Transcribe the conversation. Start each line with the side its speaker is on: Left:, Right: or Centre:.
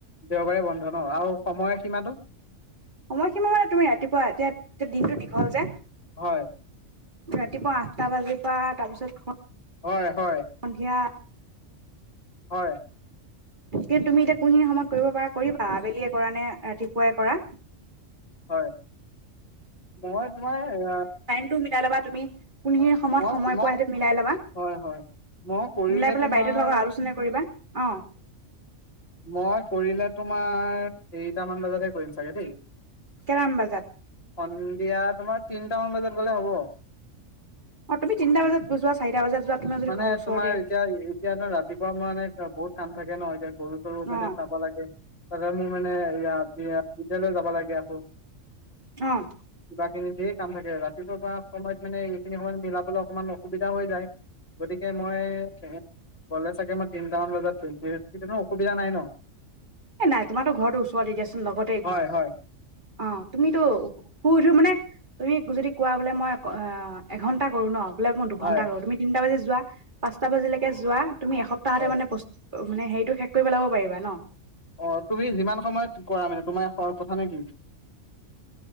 Left: দেওবাৰে বন্ধ ন' আৰু সময় সীমাটো?
Right: সময় কিমান মানে তুমি ৰাতিপুৱা এতিয়া এতিয়া দিনটো দীঘল যে।
Left: হয়।
Right: ৰাতিপুৱা আঠটা বাজিৰ পৰা তাৰপিছত
Left: হয়, হয়।
Right: সন্ধিয়া
Left: হয়।
Right: কিন্তু তুমি এতিয়া কোনখিনি সময়ত কৰিব পাৰা কৰিবা, আবেলিয়ে কৰা নে ৰাতিপুৱাই কৰা।
Left: হয়, মই তোমাৰ
Right: টো মিলাই লবা তুমি কোনখিনি সময়ত
Left: মোক
Right: সময়
Left: মোক
Right: পোৱা সেইটো মিলাই ল'বা।
Left: হয় হয় মই কৰিলে
Right: মিলাই পেলাই
Left: তোমাৰ
Right: বাইদউৰ লগত আলোচনা কৰিবা অ'।
Left: মই কৰিলে তোমাৰ হেৰিটামান বজাতহে কৰিম চাগে দেই।
Right: কেটামান বজাত?
Left: সন্ধিয়া তোমাৰ তিনটা মান বজাত গ'লে হ'ব?
Right: অ', তুমি তিনিটা বজাত যোৱা চাৰটা বজাত যোৱা তোমাৰ যদি
Left: মানে
Right: ঘৰৰ ওচৰতে
Left: তোমাৰ এতিয়া এতিয়া ন' ৰাতিপুৱা মানে বহুত কাম থাকে ন' এতিয়া গৰু-চৰু
Right: অ
Left: মানে চাব লাগে। তাতে মোৰ মানে বিদয়ালয় যাব লাগে আকৌ।
Right: অহ।
Left: কিবা কিনি ধেৰ কাম থাকে ৰাতিপুৱা পৰা সময়ত মানে এইখিনি সময়ত মিলাবলৈ অকমান অসুবিধা হৈ যায়। গতিকে মই গ'লে চাগে মই তিনিটামান বজাত কৰিম কোনো অসুবিধা নাই ন'?
Right: এ নাই তোমাৰো ঘৰটো ওচৰতে দিয়াচোন লগতে
Left: হয়
Right: ঘৰ।
Left: হয়
Right: অ', তুমিতো শুই উঠি মানে তুমি যদি কোৱা বোলে মই এঘণ্টা কৰো ন'! বোলে মই দুঘন্টা
Left: হয়
Right: কৰোঁ, তুমি তিনিটা বাজি যোৱা পাঁচটা বাজিলৈকে যোৱা তুমি এসপ্তাহতে
Left: হয়।
Right: মানে প অ', মানে হেৰিটো শেষ কৰি লাগিব পাৰিবা ন'!
Left: অ', তুমি যিমান সময়ত কৰা মানে তোমাৰ কথা নেকি?